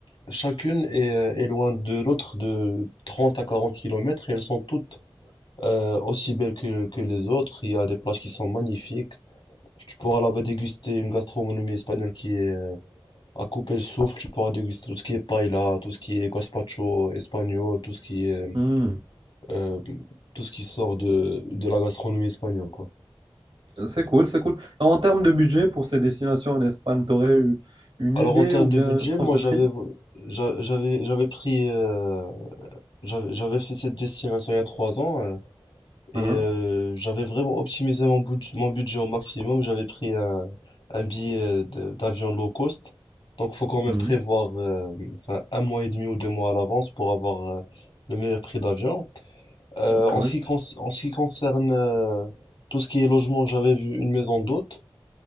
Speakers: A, on the left; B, on the right.
A: chacune est, euh, est loin de l'autre de 30 à 40 kilomètres et elles sont toutes euh, aussi belles que, que les autres. Il y a des plages qui sont magnifiques. Tu pourras là-bas déguster une gastronomie espagnole qui est, euh, à couper le souffle, tu pourras déguster tout ce qui est paella, tout ce qui est gazpacho espagnol, tout ce qui est
B: Mhm.
A: euh, tout ce qui sort de, de la gastronomie espagnole, quoi.
B: C'est cool, c'est cool. En termes de budget pour ces destinations en Espagne, t'aurais eu une
A: Alors
B: idée
A: en termes
B: ou bien
A: de budget,
B: une tranche
A: moi
B: de
A: j'avais
B: prix?
A: j'a- j'avais j'avais pris euh, j'avais j'avais fait cette destination il y a trois ans euh, et
B: Hein
A: euh, j'avais vraiment optimisé mon, bud- mon budget au maximum. J'avais pris un, un billet de- d'avion low cost, donc faut quand même
B: Mhm.
A: prévoir euh, enfin, un mois et demi ou deux mois à l'avance pour avoir euh, le meilleur prix d'avion. Euh,
B: Ouais,
A: en ce qui, conc- en ce qui concerne euh, tout ce qui est logement, j'avais vu une maison d'hôte.